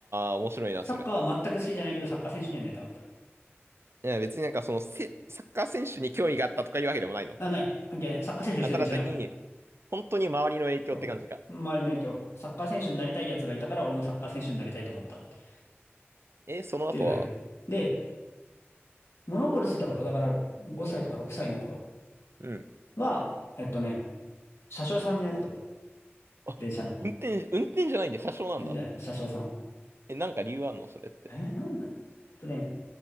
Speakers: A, on the right; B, on the left.
A: あ、面白いな、
B: サッカーは全く好きじゃないけどサッカー選手にはなりたかった。
A: それ。いや、別になんかそのせ、サッカー選手に興味があったとかいうわけでもないの。
B: あ、ない。関係ない。サッカー選手一人もしてないからね。
A: あただ単に、本当に周りの影響って感じか。
B: そう。周りの影響。サッカー選手になりたい奴がいたから俺もサッカー選手になりたいと思ったってっ
A: え、その後は
B: ていうだけ。で、物心ついた頃、だから5歳とか6歳の頃
A: うん。
B: は、えっとね、車掌さんになりたかった。
A: あ、
B: 電車の。
A: 運転、運転じゃないんで車掌なんだ。
B: で、じゃあ車掌さん。
A: え、なんか理由あんのそれって。
B: えーなんだとね、